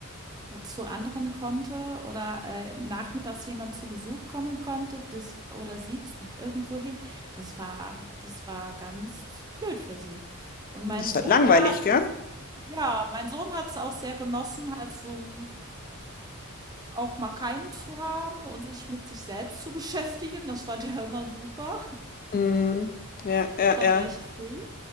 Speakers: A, on the right (about 20°); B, on the left (about 40°).
A: zu anderen konnte oder äh, nachmittags jemand zu Besuch kommen konnte, das oder sie z- irgendwo hin, das war, das war ganz blöd für sie. Und
B: Das
A: mein
B: ist
A: Sohn,
B: halt langweilig,
A: der hat,
B: gell?
A: ja, mein Sohn hat es auch sehr genossen, halt so auch mal keinen zu haben und sich mit sich selbst zu <laughs> beschäftigen. Das fand er immer super,
B: Mhm. Ja,
A: <laughs>
B: ja,
A: schon
B: ja,
A: recht früh.